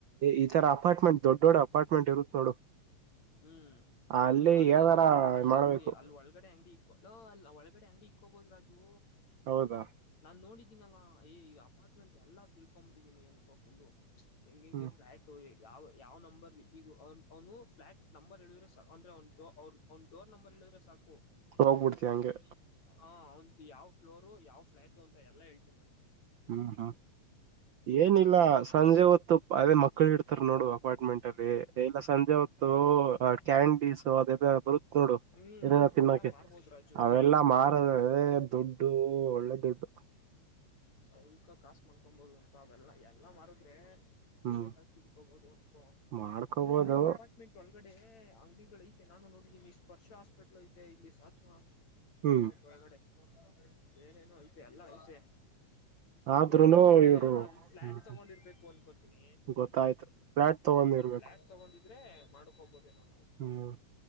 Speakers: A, on the right (about 85°); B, on the left (about 65°).
A: ಈ ತರ ಅಪಾರ್ಟ್ಮೆಂಟ್ ದೊಡ್ಡ ದೊಡ್ಡ ಅಪಾರ್ಟ್ಮೆಂಟ್ ಇರುತ್ ನೋಡು.
B: ಹ್ಮ್
A: ಅಲ್ಲಿ
B: ಅಲ್ಲೆಲ್ಲ
A: ಯಾವರ
B: ಅಲ್ಲ
A: ಮಾಡ್ಬೇಕು
B: ಅಂಗಡಿ ಅಲ್ಲಿ ಒಳಗಡೆ ಅಂಗಡಿ ಲ್ಲೋ ಅಲ್ಲ ಒಳಗಡೆ ಅಂಗಡಿ ಇಕ್ಕೋಬೋದು ರಾಜು.
A: ಹೌದಾ.
B: ನಾನ್ ನೋಡಿದ್ದೀನಲ್ಲಾ ಈ ಅಪಾರ್ಟ್ಮೆಂಟ್ ಎಲ್ಲಾ ತಿಳ್ಕೊಂಬಿಟ್ಟಿದ್ದೀನಿ ಅನ್ಕೋ ಫುಲ್ಲು. ಹೆಂಗ ಹೆಂಗೆ
A: ಹ್ಮ್
B: ಫ್ಲಯಾಟ್ ಯಾವ ಯಾವ ನಂಬರ್ ಈಗ ಅವ ಅವನು ಫ್ಲ್ಲಾಟ್. ನಂಬರ್ ಹೇಳಿದ್ರೆ ಅಂದ್ರೆ ಅವ್ನ್ ಅವರ ಡೋರ್ ನಂಬರ್ ಹೇಳಿದ್ರೆ ಸಾಕು
A: ಹೋಗ್ಬಿಡ್ತಿ ಹಂಗೆ
B: ಹ ಅವಂದ್ ಯಾವ ಫ್ಲೋರು ಯಾವ್ ಫ್ಲಾಟು ಅಂತ ಎಲ್ಲಾ ಹೇಳ್ತೀನಿ ನಾನು.
A: ಹ್ಮ ಹ್ಮ್. ಏನಿಲ್ಲ ಸಂಜೆ ಹೊತ್ತು ಅದೇ ಮಕ್ಕಳು ಇಡ್ತಾರ ನೋಡು ಅಪಾರ್ಟ್ಮೆಂಟ್ ಅಲ್ಲಿ ಇಲ್ಲ ಸಂಜೆ ಹೊತ್ತ ತ್ತು ಕ್ಯಾಂಡೀಸು ಅದೆ ಬರು ನೋಡು
B: ಹ್ಮ್
A: ಏನನ ತಿನ್ನೋಕೆ
B: ಅವೆಲ್ಲಾ ಮಾರ್ಬೋದು ರಾಜು
A: ಅವೆಲ್ಲಾ ಮಾರದ ದುಡ್ಡು ಒಳ್ಳೆ ದುಡ್ಡು
B: ಸೈಕಾಗ್ ಕಾಸ ಮಾಡ್ಕೊಬಹದು ಅಂತ ಅವೆಲ್ಲಾ ಎಲ್ಲಾ ಮಾರದ್ರೆ. ಒಳ್ಳೆ
A: ಹ್ಮ್
B: ಕಾಸ್ ಬಿಡ್ಕೋಬಹುದು ಅನ್ಕೋ
A: ಮಾಡ್ಕೋಬೋದು
B: ಅಂದ್ರೆಲೋ ಅಪಾರ್ಟ್ಮೆಂಟ್ ಇ ಒಳಗಡೆ ಅಂಗಡಿಗಳ ಐತೆ ನಾನು ನೋಡಿದ್ದೀನಿ ಸ್ಪರ್ಶ ಹಾಸ್ಪಿಟ್ಲ್ ಐತೆ ಇಲ್ಲಿ ಸಾಥವಾ
A: ಹ್ಮ್
B: ಅಪಾರ್ಟ್ಮೆಂಟ್ ಒಳಗಡೆ ಏನೇನು ಐತೆ ಎಲ್ಲ ಐತೆ
A: ಆದ್ರೂನು
B: ಏನು ಅಂದ್ರೆ
A: ಇವ್ರು
B: ಅಲ್ಲಿ ಫ್ಲಾಟ್
A: ಹ್ಮ್
B: ತಗೊಂಡಿರ್ಬೇಕು ಅನ್ಕೋತೀನಿ
A: ಗೊತ್ತಾಯ್ತು ಫ್ಲಾಟ್ ತಗೊಂಡಿರ್ಬೇಕು
B: ಅಲ್ಲಿ ಫ್ಲಾಟ್ ತಗೊಂಡಿದ್ರೆ ಮಾಡ್ಕಬೋದ ಏನೋ
A: ಹ್ಮ್